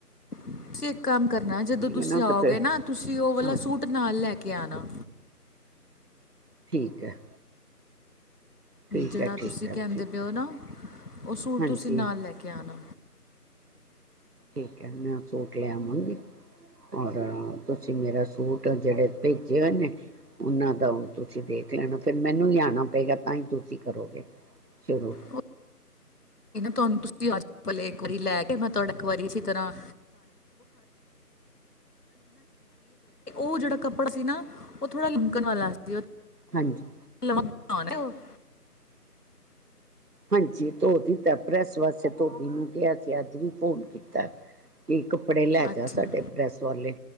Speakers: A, on the left; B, on the right.
A: ਤੁਸੀਂ ਇੱਕ ਕੰਮ ਕਰਨਾ ਜਦੋਂ ਤੁਸੀਂ
B: ਹੈ ਨਾ
A: ਆਓਗੇ
B: ਤੇ ਫਿਰ
A: ਨਾ ਤੁਸੀਂ ਉਹ ਵਾਲਾ
B: ਹਾਂ
A: ਸੂਟ ਨਾਲ ਲੈ ਕੇ ਆਣਾ
B: ਠੀਕ ਹੈ। ਠੀਕ
A: ਜਿਹੜਾ
B: ਹੈ ਠੀਕ
A: ਤੁਸੀਂ
B: ਹੈ
A: ਕਹਿੰਦੇ
B: ਠੀਕ
A: ਪਿਉ
B: ਹੈ
A: ਨਾ ਉਹ ਸੂਟ
B: ਹਾਂਜੀ
A: ਤੁਸੀਂ ਨਾਲ ਲੈ ਕੇ ਆਉਣਾ
B: ਠੀਕ ਹੈ, ਮੈਂ ਸੂਟ ਲਿਆਵਾਂਗੀ ਔਰ ਤੁਸੀਂ ਮੇਰਾ ਸੂਟ ਜਿਹੜੇ ਭੇਜੇ ਹੋਏ ਨੇ ਉਹਨਾਂ ਦਾ ਤੁਸੀਂ ਦੇਖ ਲੈਣਾ ਫੇਰ ਮੈਨੂੰ ਲਿਆਣਾ ਪਏਗਾ ਤਾਂ ਹੀ ਤੁਸੀਂ ਕਰੋਗੇ ਸ਼ੁਰੂ
A: ਉਹ ਤੁਹਾਨੂੰ ਸੀ ਪਲੇ ਵਾਰੀ ਲੈ ਕੇ ਮੈਂ ਤੁਹਾਡਾ ਇੱਕ ਵਾਰੀ ਅ ਤਰ੍ਹਾਂ ਉਹ ਜਿਹੜਾ ਕੱਪੜਾ ਸੀ ਨਾ ਉਹ ਥੋੜਾ ਲਿਕਣ ਵਾਲਾ ਸੀ
B: ਹਾਂਜੀ
A: <unintelligible>
B: ਹਾਂਜੀ ਧੋ ਦਿੱਤਾ ਪ੍ਰੈਸ ਵਾਸਤੇ ਧੋਬੀ ਨੂੰ ਕਿਹਾ ਸੀ, ਅੱਜ ਵੀ ਫੋਨ ਕੀਤਾ ਕਿ ਕੱਪੜੇ ਲੈ
A: ਅੱਛਾ
B: ਜਾ ਸਾਡੇ ਪ੍ਰੈਸ ਵਾਲੇ